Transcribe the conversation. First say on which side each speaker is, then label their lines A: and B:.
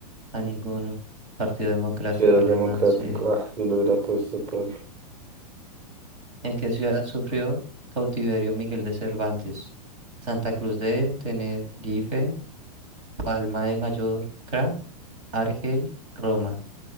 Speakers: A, on the right (about 55°); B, on the right (about 30°).
A: A ninguno. Partido Democrático
B: si era el
A: Alemán,
B: Democrático,
A: sí.
B: ah, yo lo hubiera puesto por,
A: ¿En qué ciudad sufrió cautiverio Miguel de Cervantes? Santa Cruz de Tenerife, Palma de Mallorca, Argel, Roma.